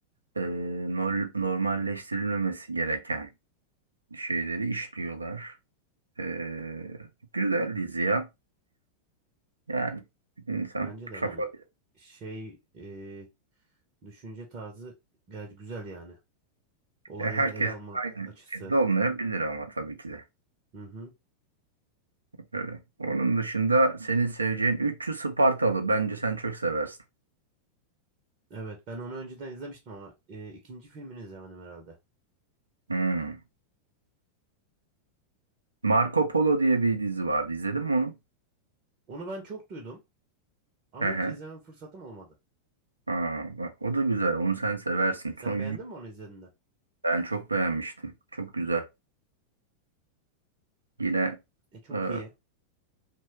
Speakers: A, on the right; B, on the right.
A: e, nol- normalleştirilmemesi gereken şeyleri işliyorlar. E, güzel dizi ya. Yani insan
B: Bence de
A: kafa
B: yani şey e, düşünce tarzı gayet güzel yani. Olayları
A: Ya herkes
B: ele alma
A: aynı
B: açısı.
A: ülkede olmayabilir ama tabii ki de.
B: Hı hı.
A: Öyle. Onun dışında senin seveceğin 300 Spartalı. Bence sen çok seversin.
B: Evet ben onu önceden izlemiştim ama e, ikinci filmini izlemedim herhalde.
A: Hmm. Marco Polo diye bir dizi vardı. İzledin mi onu?
B: Onu ben çok duydum ama
A: He he.
B: hiç izleme fırsatım olmadı.
A: Aa, bak o da güzel. Onu sen seversin.
B: Sen
A: Son
B: beğendin mi onu izlediğinde?
A: Ben çok beğenmiştim. Çok güzel. Yine
B: E çok
A: e,
B: iyi.